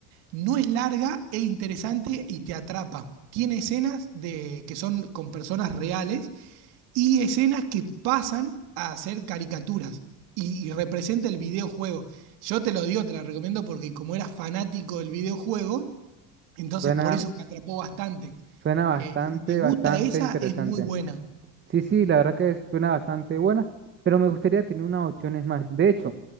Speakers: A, on the right; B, on the right.
A: No es larga, es interesante y te atrapa. Tiene escenas de, que son con personas reales y escenas que pasan a ser caricaturas y, y representa el videojuego. Yo te lo digo, te la recomiendo porque como era fanático del videojuego, entonces
B: Suena,
A: por eso me atrapó bastante.
B: Suena bastante,
A: Eh, si te gusta
B: bastante
A: esa,
B: interesante.
A: es muy buena.
B: Sí, sí, la verdad que suena bastante buena, pero me gustaría tener unas opciones más. De hecho,